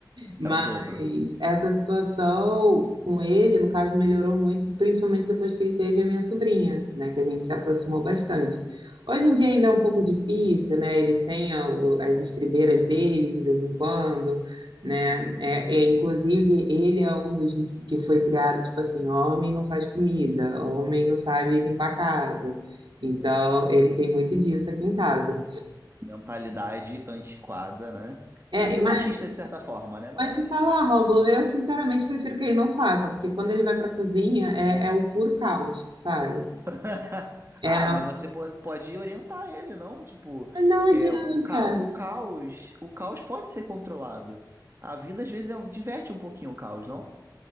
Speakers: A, on the right (about 75°); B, on the right (about 35°).
A: Mas
B: É o dobro.
A: essa situação com ele, no caso, melhorou muito, principalmente depois que ele teve a minha sobrinha, né, que a gente se aproximou bastante. Hoje em dia ainda é um pouco difícil, né? Ele tem a- o- as estribeiras dele de vez em quando, né? É, é, inclusive, ele é um dos que foi criado, tipo assim, homem não faz comida, homem não sabe limpar a casa. Então, ele tem muito disso aqui em casa.
B: Mentalidade antiquada, né?
A: É,
B: E
A: mas
B: machista, de certa forma, né? Mas.
A: Mas te falar, Rômulo, eu sinceramente prefiro que ele não faça, porque quando ele vai para a cozinha é, é o puro caos, sabe?
B: <laughs>
A: É,
B: Ah, mas você po- pode orientar ele, não? Tipo,
A: não adianta.
B: é, o, ca... o caos, o caos pode ser controlado. A vida às vezes é um- diverte um pouquinho o caos, não?